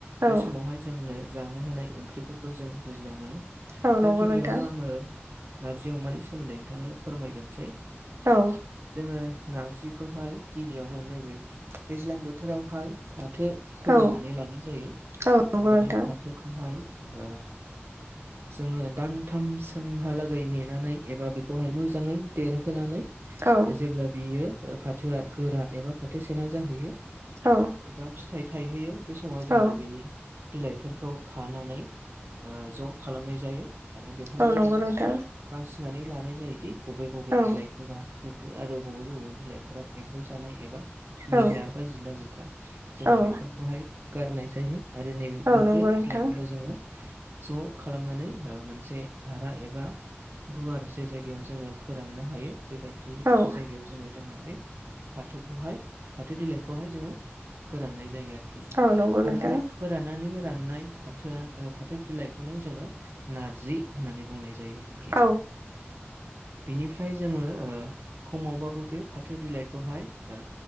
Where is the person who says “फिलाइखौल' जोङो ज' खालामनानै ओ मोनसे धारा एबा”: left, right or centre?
Right